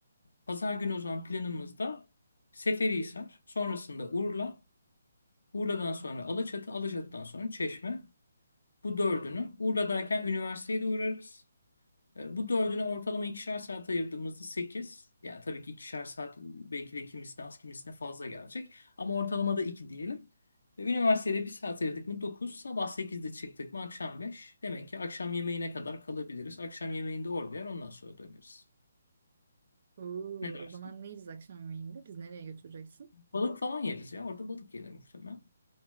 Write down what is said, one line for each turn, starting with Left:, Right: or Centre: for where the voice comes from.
Left: pazar günü o zaman planımızda Seferihisar, sonrasında Urla, Urla'dan sonra Alaçatı, Alaçatı'dan sonra Çeşme. Bu dördünü Urla'dayken üniversiteye de uğrarız. E, Bu dördünü ortalama ikişer saat ayırdığımızda sekiz, Yani tabii ki ikişer saat belki de kimisine az kimisine fazla gelecek. Ama ortalama da 2 diyelim. E, Üniversitede bir saat ayırdık mı Dokuz, Sabah 8'de çıktık mı akşam 5. Demek ki akşam yemeğine kadar kalabiliriz. Akşam yemeğinde orada yer ondan sonra döneriz.
Right: Oo,
Left: Ne dersin?
Right: o zaman ne yiyeceğiz akşam yemeğinde? Biz nereye götüreceksin?
Left: Balık falan yeriz ya. Orada balık yenir muhtemelen.